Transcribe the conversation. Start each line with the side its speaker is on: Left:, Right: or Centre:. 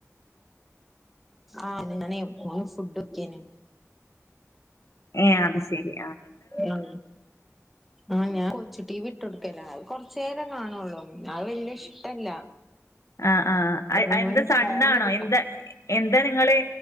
Centre: ആഹ് ഇങ്ങനെ ണ് ഫുഡക്കേനി
Left: ഏ അത് ശരി.
Centre: ആഹ് ആ ഞാൻ കൊച്ചു ടി വിട്ടൊടുക്കല അ കൊറച് നേരം കാണുള്ളൂ അത് വല്യ ഇഷ്ടല്ല.
Left: ആ ആ ഹ്എന്താ
Centre: ഓന്
Left: സണ്ണാണോ
Centre: ഫോണ് കിട്ടണം
Left: എന്താ എന്താ നിങ്ങള്